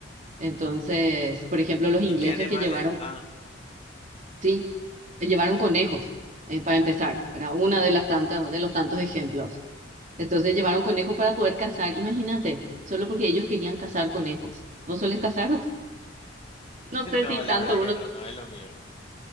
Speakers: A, on the right (about 40°); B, on the left (about 30°).
A: Entonces, por ejemplo, los ingleses
B: ¿Y qué animales?
A: que llevaron,
B: Ah,
A: sí, llevaron conejos, eh, para empezar, era una de las tantas, de los tantos ejemplos. Entonces llevaron conejo para poder cazar, imagínate, solo porque ellos querían cazar conejos. ¿Vos solés cazar? <laughs>
B: <laughs>
A: No sé
B: no,
A: si tanto
B: la verdad
A: uno,
B: que no, no es lo mío.